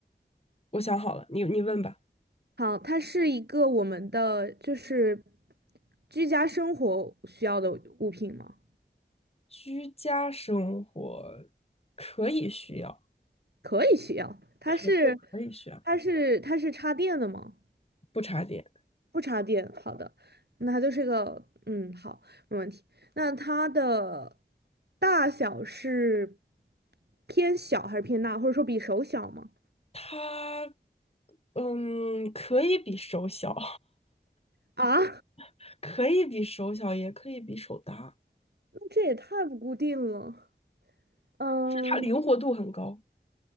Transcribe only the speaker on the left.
我想好了，你你问吧。
居家生活可以需要。
可以可以学
不插电。
它嗯，可以比手小，
<laughs> 可以比手小，也可以比手大，
就它灵活度很高。